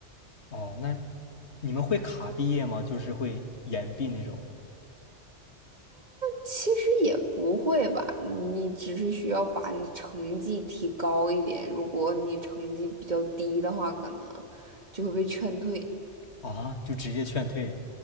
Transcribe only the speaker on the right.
其实也不会吧，你只是需要把你的成绩提高一点，如果你成绩比较低的话，可能就会被劝退。